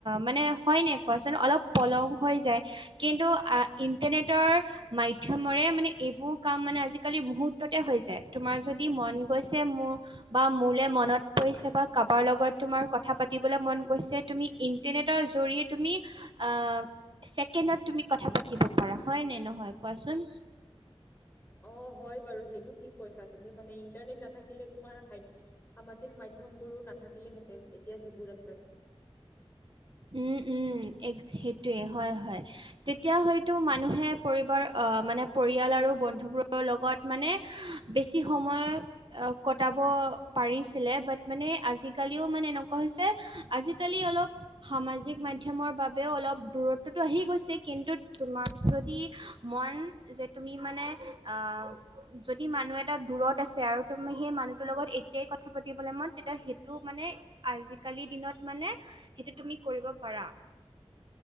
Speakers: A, on the right (about 50°); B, on the left (about 20°).
A: মানে হয়নে কোৱাচোন? অলপ পলম হৈ যায়, কিন্তু ইণ্টাৰনেটৰ মাধ্যমৰে মানে এইবোৰ কাম মানে আজিকালি মুহূৰ্ততে হৈ যায়, তোমাৰ যদি মন গৈছে মোৰ বা মোলে মনত পৰিছে বা কাৰোবাৰ লগত তোমাৰ কথা পাতিবলৈ মন গৈছে, তুমি নেতৰ জৰিয়ে তুমি, আহ। ছেকেণ্ডত তুমি কথা পাতিব পাৰা, হয় ন নহয় কোৱা চোন?
B: অ', হয় বাৰু সেইটো, ঠিক কৈছা তুমি। মানে ইণ্টাৰনেট নাথাকিলে তোমাৰ সামাজিক মাধ্যমবোৰো নাথাকিলেহেঁতেন, এতিয়া যিবোৰ আছে।
A: উম উম। এক সেইটোৱেই হয় হয়। তেতিয়া হয়তো মানুহে পৰিবাৰ আহ মানে পৰিয়াল আৰু বন্ধুবোৰৰ লগত মানে বেছি সময় অহ, কটাব পাৰিছিলে। বাত মানে আজিকালিও মানে এনেকুৱা হৈছে আজিকালি অলপ সামাজিক মাধ্যমৰ বাবেও অলপ দূৰত্বটো আহি গৈছে, কিন্তু তোমাৰ যদি মন যে তুমি মানে, আহ যদি মানুহ এটা দূৰত আছে আৰু তুমি সেই মানুহটোৰ লগত এতিয়াই কথা পাতিবলে মন, তেতিয়া সেইটো মানে আজিকালি দিনত মানে সেইটো তুমি কৰিব পাৰা।